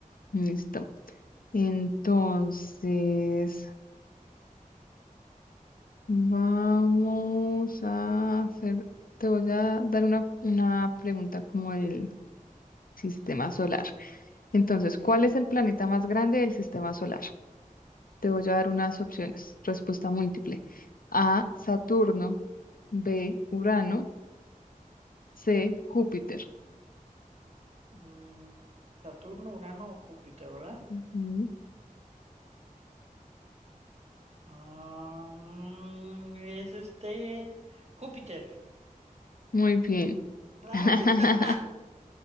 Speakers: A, on the left; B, on the right.
A: Listo. Entonces, vamos a hacer, te voy a dar una, una pregunta como el sistema solar. Entonces, ¿cuál es el planeta más grande del sistema solar? Te voy a dar unas opciones. Respuesta múltiple. A, Saturno, B, Urano, C, Júpiter.
B: Mm, Saturno, Urano o Júpiter, ¿verdad?
A: Mm,
B: Ah, mm, es este... Júpiter.
A: Muy bien.
B: <laughs>
A: <laughs>